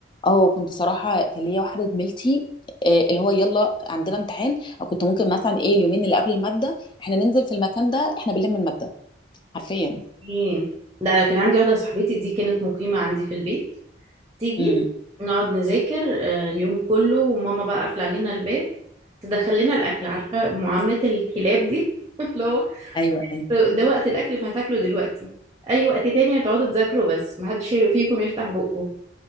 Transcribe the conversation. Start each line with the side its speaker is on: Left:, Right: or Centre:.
Left: اه كنت صراحة كان ليا واحدة زميلتي آه، اللي هو يلا عندنا امتحان او كنت ممكن مثلا ايه اليومين اللي قبل المادة احنا ننزل في المكان ده احنا بنلم المادة حرفيا
Right: ايه ده انا كان عندي واحده صاحبتي دي كانت مقيمه عندي في البيت تيجي
Left: امم
Right: نقعد نذاكر آه، اليوم كله وماما بقى قافله علينا الباب تدخل لنا الاكل عارفه معامله الكلاب دي <laughs> اللي هو
Left: ايوه ايوه
Right: ده وقت الاكل فهتاكله دلوقتي اي وقت تاني هتقعدوا تذاكروا بس محدش فيكم يفتح بقه